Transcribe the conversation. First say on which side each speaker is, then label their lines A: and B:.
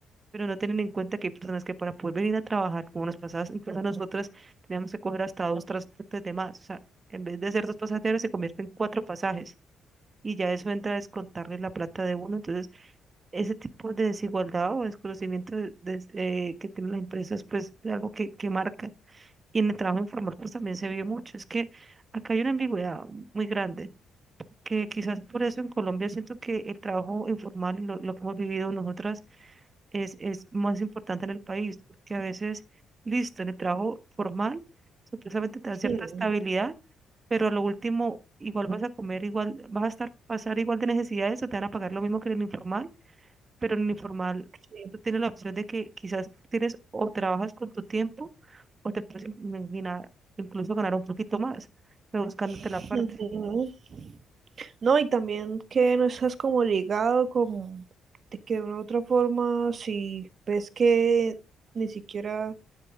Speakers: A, on the right; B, on the right.
A: pero no tienen en cuenta que hay personas que para poder venir a trabajar, como nos pasaba, incluso nosotras teníamos que coger hasta dos transportes de más, o sea, en vez de hacer dos pasajes diarios se convierte en cuatro pasajes. Y ya eso entra a descontarle la plata de uno, entonces ese tipo de desigualdad o desconocimiento de- de- eh, que tienen las empresas, pues es algo que, que marca. Y en el trabajo informal, pues también se vio mucho. Es que acá hay una ambigüedad muy grande, que quizás por eso en Colombia siento que el trabajo informal, y lo, lo que hemos vivido nosotras, es, es más importante en el país, porque a veces, listo, en el trabajo formal, supuestamente te da cierta
B: Sí.
A: estabilidad, pero a lo último... Igual vas a comer, igual vas a estar pasar igual de necesidades o te van a pagar lo mismo que en el informal pero en el informal
B: Sí.
A: tú tienes la opción de que quizás tienes o trabajas con tu tiempo o te puedes imaginar incluso ganar un poquito más, rebuscándote
B: <laughs>
A: la parte.
B: No, y también que no estás como ligado, como de que de una u otra forma, si ves que ni siquiera